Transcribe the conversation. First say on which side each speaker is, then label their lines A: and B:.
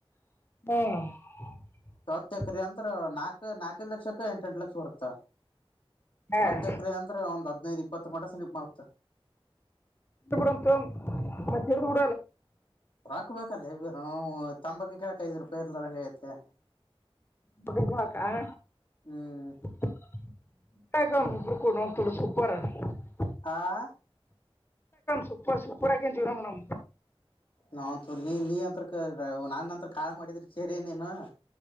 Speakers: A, on the left; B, on the left.
A: ಹ್ಮ್
B: ಹತ್ತ ಎಕ್ರೆ ಅಂತ್ರ ನಾಕ್ ನಾಲ್ಕೈ ಲಕ್ಷಕ್ಕ ಎಂಟ ಎಂಟು ಲಕ್ಷ ಬರುತ್ತ
A: ಹಾಂ
B: ಹತ್ತು ಎಕರೆ ಅಂದ್ರೆ ಒಂದ್ ಹದನೈದ ಇಪ್ಪತ್ತು ಮಟ ಸನೀಪ್ ಬರತ್
A: <inaudible> ನ ತದು
B: ರೊಕ್ಕ ಕ ಬೇಕಲ ಬಿರ ತಂಬಕ ಕೆಳಕ್ ಐದು ರೂಪಾಯಿ ಇರ್ಲಾರ್ದಂಗ್ ಆಗೈತ್ಲೇ
A: ದ ತಕಾಗ
B: ಹ್ಮ್
A: <inaudible> ಊ ಒಬ್ರು ಕೂಡ ಒಂತಲ ಸೂಪರ್ ಅ <unintelligible>
B: ಆಹಾ
A: ಸೂಪರ್ ಸೂಪರ್ ಹಾಕ ಜೀವನ ಮಾಡುಮ್ಮ
B: ನಾವಂತು ನೀ ನೀ ಅಂತ ನಾನಂತ್ರ ಕಾಳ್ ಮಾಡಿದ್ರಿ ಸೇರಿ ನೀನು